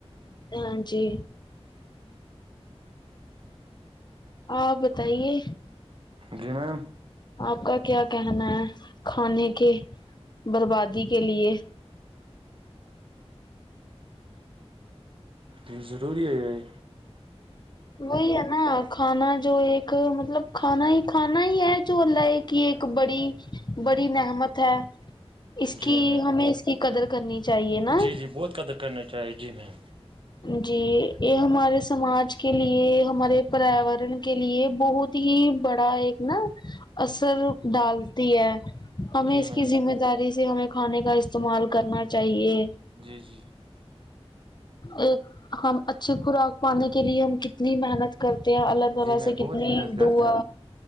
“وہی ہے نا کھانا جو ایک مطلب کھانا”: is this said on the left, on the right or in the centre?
Left